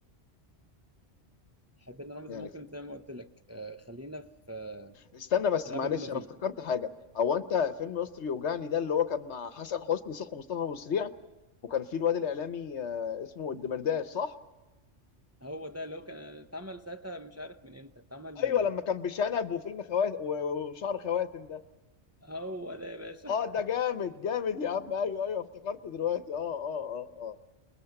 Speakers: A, on the right (about 15°); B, on the left (about 70°).
A: حبينا رمز
B: يعني
A: ممكن
B: ف...
A: زي ما قلت لك آه، خلينا في آه،
B: استنى بس
A: غبي
B: معلش
A: منه فيه
B: انا افتكرت حاجه هو انت فيلم يسطا يوجعني ده اللي هو كان مع حسن حسني صح ومصطفى ابو سريع وكان في الواد الاعلامي آه، اسمه الدمرداش صح
A: هو ده اللي هو كان اتعمل ساعتها مش عارف من امتى اتعمل من
B: ايوه لما كان بشنب وفيلم خواتم و- و- وشعر خواتم ده
A: هو ده يا باشا
B: اه ده جامد جامد يا عم ايوه ايوه افتكرته دلوقتي اه اه اه اه